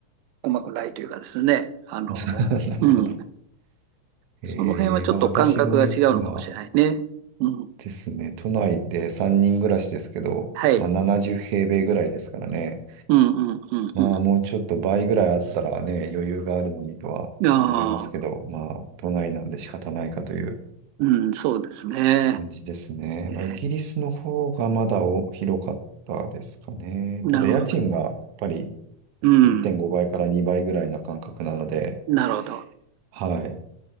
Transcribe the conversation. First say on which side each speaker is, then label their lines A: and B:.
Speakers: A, on the right; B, on the right.
A: 細くないというかですね、あの、
B: <laughs> なるほど。
A: うん、その辺はちょっと感覚が違うのかもしれないね。
B: えー、まあ私も今
A: うん、
B: ですね、都内で3人暮らしですけど、
A: はい。
B: まあ70平米ぐらいですからね。
A: うん、うん、うん、
B: まあもうちょっと倍ぐらいあったらね、余裕があるのにとは思いますけど、
A: うん。ああ、
B: まあ都内なんで仕方ないかという
A: うん、そうですね。
B: 感じですね。
A: ええ、
B: まあ、イギリスの方がまだお広かったですかね。
A: なるほど。
B: ただ家賃がやっぱり
A: うん、
B: 1.5倍から2倍ぐらいな感覚なので、
A: なるほど。
B: はい。